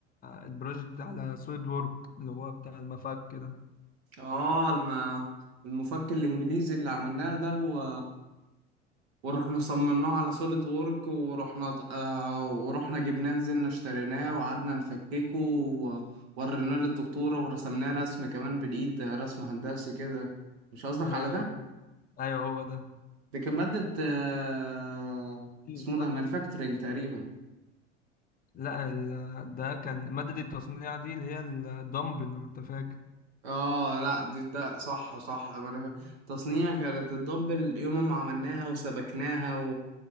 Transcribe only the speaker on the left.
البروجكت على سوليد وورك اللي هو بتاع المفك كده
ايوه
ايوه هو ده
أيوه
صح
لا ال... ده كان مادة التصنيع دي اللي هي الدمبل لو انت فاكر